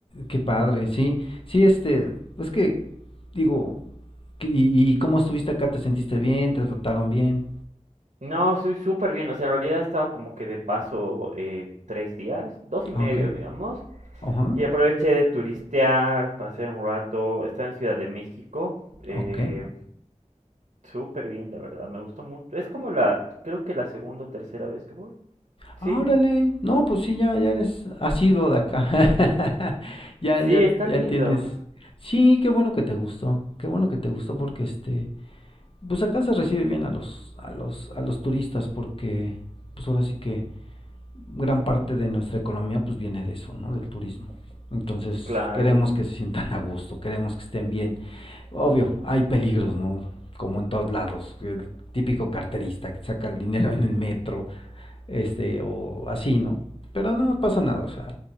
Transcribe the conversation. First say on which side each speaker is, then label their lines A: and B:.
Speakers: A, on the left; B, on the right.
A: qué padre, sí, sí, este, es que, digo, ¿Y, y cómo estuviste acá? ¿Te sentiste bien? ¿Te trataron bien?
B: No, soy súper bien, o sea, en realidad estaba como que de paso eh, tres días, dos y medio,
A: Ah, ok.
B: digamos,
A: Ajá.
B: y aproveché de turistear, pasé un rato, estaba en Ciudad de México. eh,
A: Ok.
B: Súper bien, de verdad, me gustó mucho. Es como la, creo que la segunda o tercera vez que voy. Sí,
A: Ah, órale. No, pues sí, ya, ya eres asiduo de acá. <laughs> Ya, ya,
B: sí, está
A: ya
B: lindo.
A: tienes. Sí, qué bueno que te gustó. Qué bueno que te gustó porque este, pues acá se recibe bien a los, a los, a los turistas porque, pues ahora sí que gran parte de nuestra economía pues viene de eso, ¿no? Del turismo. Entonces
B: Claro.
A: queremos que se sientan a gusto, queremos que estén bien. obvio, hay peligros, ¿no? Como en todos lados, el típico carterista que saca el dinero en el metro, este, o así, ¿no? Pero no pasa nada, o sea,